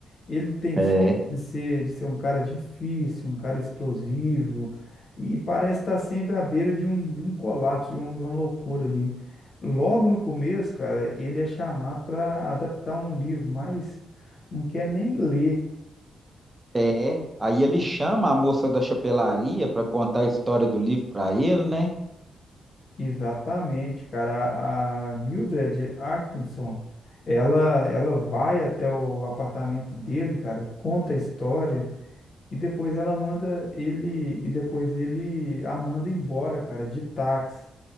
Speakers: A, on the left; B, on the right.
A: Ele tem
B: É.
A: fama de ser, de ser um cara difícil, um cara explosivo, e parece estar sempre à beira de um, de um colapso, de, um, de uma loucura ali. Logo no começo, cara, ele é chamado para adaptar um livro, mas não quer nem ler.
B: É. Aí ele chama a moça da chapelaria para contar a história do livro para ele, né?
A: Exatamente, cara. A a Mildred Atkinson, ela, ela vai até o apartamento dele, cara, conta a história e depois ela manda ele e depois ele a manda embora, cara, de táxi.